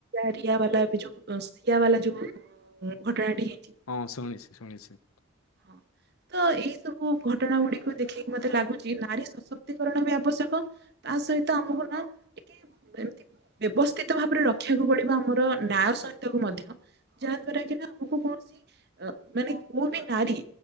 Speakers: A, on the right; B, on the left.
A: ରିଆ ବାଲା ଏ ଯୋଉ ସିଆ ବାଲା ଯୋଉ ଘଟଣାଟି ହେଇଛି।
B: ହଁ ଶୁଣିଛି ଶୁଣିଛି।
A: ହଁ ତ ଏଇ ସବୁ ଘଟଣା ଗୁଡିକୁ ଦେଖିକି ମତେ ଲାଗୁଛି ନାରୀ ସଶକ୍ତିକରଣ ବି ଆବଶ୍ୟକ। ତା ସହିତ ଆମକୁ ନା ଏମତି ବ୍ୟବସ୍ଥିତ ଭାବରେ ରଖିବାକୁ ପଡିବ ଆମର ନ୍ୟାୟ ସହିତ କୁ ମଧ୍ୟ। ଯାହା ଦ୍ଵାରା କି ନା ଆମକୁ କୌଣସି ଅ ମାନେ କୋଉ ବି ନାରୀ